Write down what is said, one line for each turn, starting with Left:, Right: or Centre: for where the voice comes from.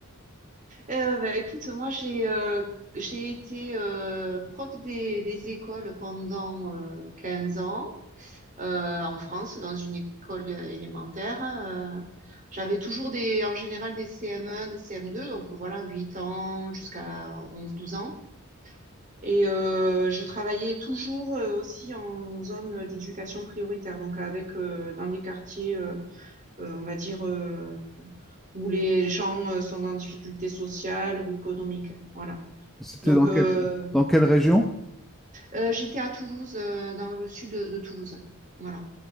Right: Euh, bah, écoute, moi j'ai euh, j'ai été euh, prof des, des écoles pendant euh, 15 ans euh, en France, dans une école euh, élémentaire. Euh, j'avais toujours des, en général des CM1, des CM2, donc voilà, 8 ans jusqu'à 11-12 ans. Et euh, je travaillais toujours euh, aussi en zone d'éducation prioritaire, donc avec euh, dans des quartiers. euh, euh, on va dire, euh, où les gens euh, sont en difficulté sociale ou économique. Voilà.
Centre: C'était
Right: Donc,
Centre: dans
Right: euh,
Centre: quelle, dans quelle région?
Right: euh, j'étais à Toulouse, euh, dans le sud de, de Toulouse. Voilà.